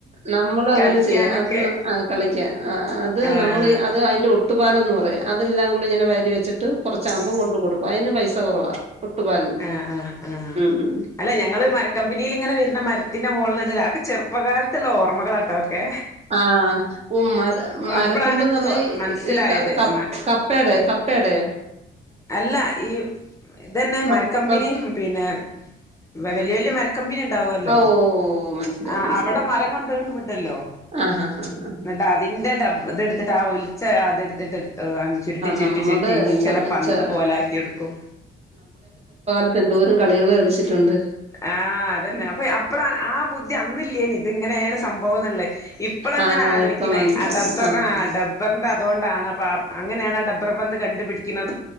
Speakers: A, on the right; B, on the left.
A: നമ്മളും അങ്ങനെ
B: കളിക്കാനൊക്കെ
A: ചെയ്യാ അത് ആഹ് കളിക്കാൻ ആഹ് അത്
B: ആഹ്
A: നമ്മൾ അത് അയിന്റെ ഒ ട്ടുപ്പാല് എന്ന് പറയാ അതെല്ലാം കൂടി ഇങ്ങനെ വാരി വെച്ചിട്ട് കുറച്ച് ആകുമ്പോ കൊണ്ടു കൊടുക്കും അയിന് പൈസ കുറവാ ഒട്ടുപാലിന്
B: ആഹ് ആഹ് ആഹ്
A: ഉം ഉം
B: അല്ല ഞങ്ങള് മരക്കമ്പനിയിൽ ഇങ്ങനെ വരുന്ന മരത്തിന്റെ മോളിന്ന്ട്ത് അതൊക്ക ചെറുപ്പകാലത്തുള്ള ഓർമകളാട്ടോ അതൊക്കെ
A: ആഹ് ഉം മര മരക്കൊമ്പന്ന്
B: അപ്പളാണ് ഇത്
A: പറഞ്ഞാ
B: തോ മനസ്സിലായത്
A: ഈ ക ക
B: മ
A: കപ്പയുടെ ക കപ്പേടെ
B: അല്ല ഈ ഇതെന്നെ
A: റബ്
B: മര ക്കമ്പിനി
A: റബ്ബ്
B: പിന്നെ വല്യ വല്യ മര ക്കമ്പിനി ഉണ്ടാവല്ലോ
A: ഓ മനസ്സിലായി
B: ആഹ്
A: മനസ്സിലായി
B: അവിടെ മരം കൊണ്ടുവരുമ്പണ്ടല്ലോ
A: ആഹ് ആഹ് ആഹ്
B: എന്നിട്ട് അതിന്റെ ടബ്ബ ഇത് എടുത്തിട്ട് ആ ഒലിച്ച അതെടുത്തിട്ട് ആഹ് ചുരുട്ടി ചുരുട്ടി
A: നമ്മുടെ
B: ചുരിട്ടി ഇങ്ങനെ
A: ചെറു
B: പന്ത്
A: ചെ
B: പോലെ ആക്കി എടുക്കും
A: അപ്പൊ എന്തോരും കളികൾ കളിച്ചിട്ടുണ്ട്
B: ആഹ് അതന്നെ അപ്പൊ അപ്പളാണ് ആ ബുദ്ധി അന്നില്ലേനി ഇതിങ്ങനെയാണ് സംഭവം എന്നുള്ളെ ഇപ്പള് അങ്ങനെ
A: ആഹ്
B: ആലോയിക്കണേ
A: ഇപ്പൊ മനസ്സിലാന്ന്
B: ട ബ്ബറി
A: ആഹ്
B: ടബ്ബറിന്റെ അതുകൊണ്ടാണ് പ അങ്ങനെ ആണ് ആ ടബ്ബർ പന്ത് കണ്ടുപിടി ക്ക്ണ്